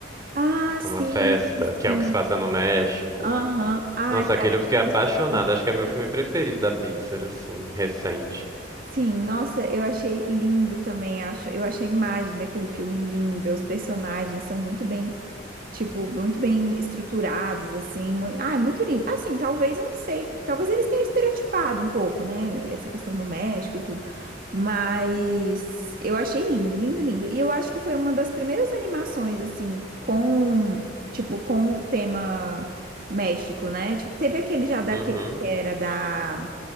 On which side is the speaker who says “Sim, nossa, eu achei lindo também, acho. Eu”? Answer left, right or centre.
Right